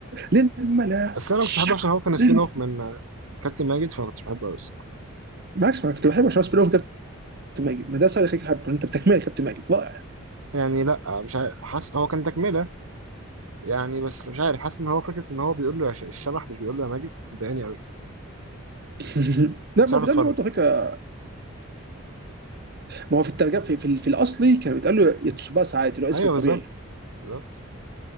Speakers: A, on the right; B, on the right.
A: للملاح
B: بس أنا
A: الشبح
B: مش بحبه عشان هو كان
A: لل-
B: سبين أوف من من كابتن ماجد فما كنتش بحبه أوي الصراحة
A: بالعكس ما كنت بحب عشان بينهم كابتن ماجد ما ده سؤال يخليك تحبه انت بتكمله كابتن ماجد رائع
B: يعني لأ مش عارف حاسس هو كان تكملة يعني بس مش عارف حاسس إن هو فكرة إن هو بيقول له يا ش- الشبح مش بيقول له يا ماجد كنت مضايقاني أوي
A: <laughs> <applause> لا
B: كنتش
A: ما
B: عارف
A: هو بيتقال
B: أتفرج
A: له برضه فكره ما هو في الترجمه في, في, في الاصلي كان بيتقال له يتسوباسا عادي اللي هو اسمه
B: أيوه
A: الطبيعي
B: بالظبط بالظبط